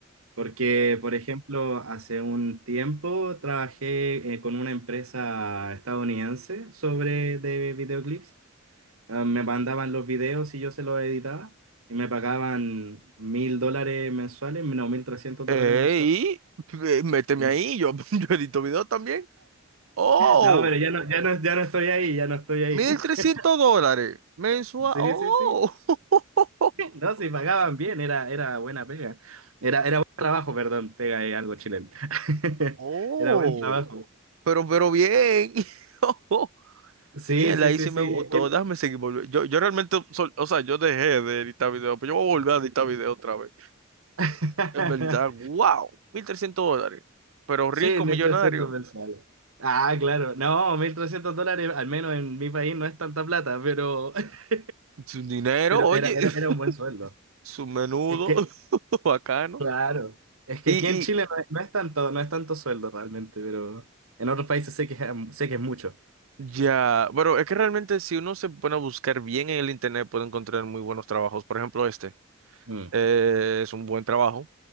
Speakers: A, on the right; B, on the right.
A: Porque, por ejemplo, hace un tiempo trabajé eh, con una empresa estadounidense sobre de videoclips. Ah, me mandaban los videos y yo se los editaba y me pagaban mil dólares mensuales, no, mil trescientos dólares
B: Eh,
A: mensuales.
B: y eh, méteme
A: sí.
B: ahí, yo, <laughs> yo edito videos también. Oh,
A: No, pero ya no, ya no, ya no estoy ahí, ya no estoy ahí.
B: mil trescientos
A: <laughs>
B: dólares mensual.
A: Sí,
B: Oh,
A: sí, sí.
B: <laughs>
A: No, sí, pagaban bien, era, era buena pega. Era, era buen trabajo, perdón, pega es algo chileno. <laughs>
B: oh,
A: Era buen trabajo.
B: pero, pero bien. <laughs>
A: Sí,
B: Y él
A: sí,
B: ahí
A: sí,
B: sí
A: sí.
B: me gustó.
A: eh, El-
B: Déjame seguir volviendo. Yo, yo realmente, sol- o sea, yo dejé de editar videos, pero yo voy a volver a editar videos otra vez.
A: <laughs>
B: En verdad, wow, 1300 dólares. Pero
A: Sí,
B: rico,
A: 1.300
B: millonario.
A: mensuales. Ah, claro. No, 1.300 dólares, al menos en mi país, no es tanta plata, pero, <laughs>
B: Su dinero,
A: pero
B: oye,
A: era, era, era un buen sueldo.
B: <laughs> su menudo,
A: Es que,
B: <laughs> bacano.
A: claro, es que
B: Y,
A: aquí en Chile no es, no es tanto, no es tanto sueldo realmente, pero en otros países sé que es, sé que es mucho.
B: Ya, bueno, es que realmente si uno se pone a buscar bien en el internet puede encontrar muy buenos trabajos. Por ejemplo, este
A: Mm,
B: eh, es un buen trabajo